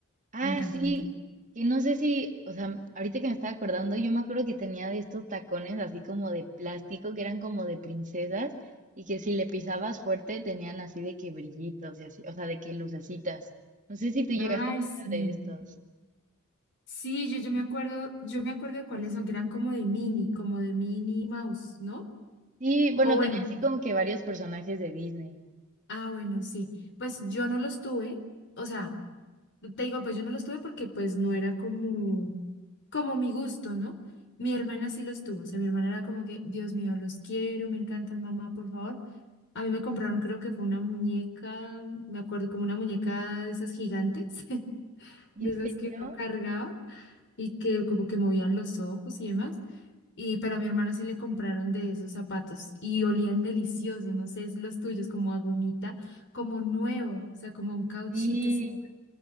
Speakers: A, on the right; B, on the left.
A: Ah,
B: Me encanta,
A: sí,
B: me encanta.
A: que no sé si, o sea, ahorita que me estaba acordando, yo me acuerdo que tenía de estos tacones así como de plástico, que eran como de princesas, y que si le pisabas fuerte tenían así de que brillitos y así, o sea, de que lucecitas. No sé si tú llegaste
B: Ay,
A: a tener
B: sí.
A: de estos.
B: Sí, yo, yo me acuerdo, yo me acuerdo de cuáles son, que eran como de mini, como de mini mouse, ¿no?
A: Sí, bueno,
B: O bueno,
A: tenía así como que varios personajes de Disney.
B: ah, bueno, sí. Pues yo no los tuve, o sea. Te digo, pues yo no los tuve porque pues no era como, como mi gusto, ¿no? Mi hermana sí los tuvo, o sea, mi hermana era como que, Dios mío, los quiero, me encantan, mamá, por favor. A mí me compraron, creo que fue una muñeca, me acuerdo, como una muñeca de esas gigantes, <laughs>
A: ¿En
B: de
A: serio?
B: esas que uno cargaba y que como que movían los ojos y demás. Y pero a mi hermana sí le compraron de esos zapatos y olían deliciosos, no sé, es los tuyos, como a gomita, como nuevo, o sea, como un cauchito,
A: Sí.
B: sí.